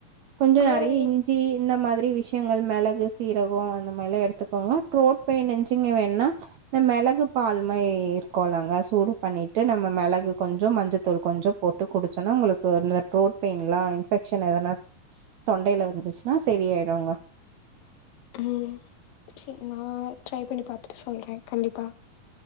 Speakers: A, on the right (about 75°); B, on the left (about 75°).
A: கொஞ்ச
B: ஆனா
A: நெறைய இஞ்சி இந்த மாதிரி ப்டி விஷயங்கள் மிளகு சீரகம் அந்த மாரியில்லா எடுத்துக்கோங்க த்ரோட் பெயின்ச்சிங்க வேணுனா இந்த மிளகு பால் மாயி இருக்கோலங்க சூடு பண்ணிட்டு நம்ம மிளகு கொஞ்ச மஞ்சத்தூள் கொஞ்ச போட்டு குடிச்சோன்னா உங்குளுக்கு இந்த த்ரோட் பெயின்யிலா இன்ஃபெக்ஷன் எதனா தொண்டையில இருந்துச்சுன்னா செரி ஆயிருங்க
B: உம் செரி நா ட்ரை பண்ணி பாத்துட்டு சொல்றேன் கண்டிப்பா